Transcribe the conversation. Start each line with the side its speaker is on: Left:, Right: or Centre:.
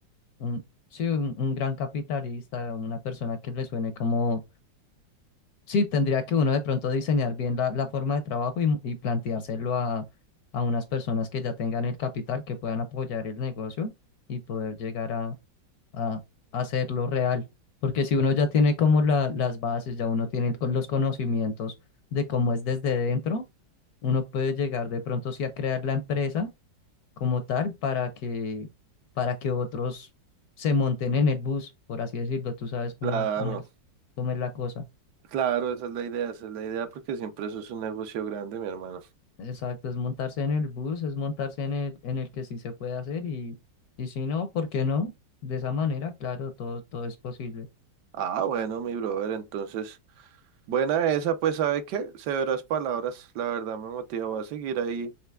Left: un, sí, un, un gran capitalista, una persona que le suene como, sí, tendría que uno de pronto diseñar bien la, la forma de trabajo y, y planteárselo a, a unas personas que ya tengan el capital, que puedan apoyar el negocio y poder llegar a a a hacerlo real. Porque si uno ya tiene como la- las bases, ya uno tiene con- los conocimientos de cómo es desde dentro, uno puede llegar de pronto sí a crear la empresa como tal para que, para que otros se monten en el bus, por así decirlo. Tú sabes cómo,
Right: Claro,
Left: cómo es, cómo es la cosa.
Right: claro, esa es la idea, esa es la idea porque siempre eso es un negocio grande, mi hermano.
Left: Exacto, es montarse en el bus, es montarse en el, en el que sí se puede hacer y, y si no, ¿por qué no? De esa manera, claro, todo, todo es posible.
Right: Ah, bueno, mi brother, entonces, buena esa, pues, ¿sabe qué? Severas palabras, la verdad me motiva, voy a seguir ahí